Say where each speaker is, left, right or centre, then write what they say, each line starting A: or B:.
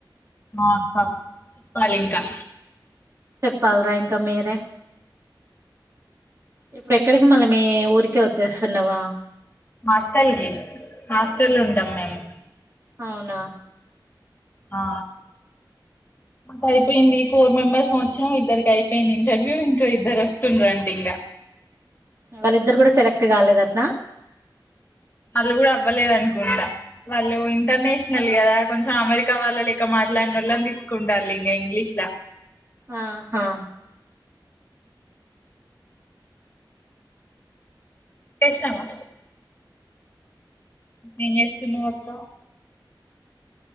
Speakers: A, on the left; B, on the right.
A: ఆ అక్క చెప్పాలి ఇంకా
B: చెప్పాలరా ఇంకా మీరే ఇప్పుడు ఎక్కడికి మళ్ళీ మీ ఊరికే వచ్చేస్తున్నావా
A: హాస్టల్ కి హాస్టల్ లో ఉంటాం మేము
B: అవునా
A: ఆ పోయింది ఫోర్ మెంబర్ కి వచ్చినం ఇద్దరికి అయిపోయింది ఇంటర్వ్యూ ఇంకా ఇద్దరు వస్తుండ్ర అంటే ఇంకా
B: వాళ్ళిద్దరు కూడా సెలెక్ట్ కాలేదంటనా
A: వాళ్ళు కూడా అవ్వలేదు అనుకుంటా వాళ్ళు ఇంటర్నేషనల్ కదా కొంచెం అమెరికా వాళ్ళ లేక మాట్లాడిన వాళ్ళను తీసుకుంటళ్ళు ఇంకా ఇంగ్లీషులో
B: ఆ హా
A: చేసినావా ఏం చేస్తున్నావు అక్క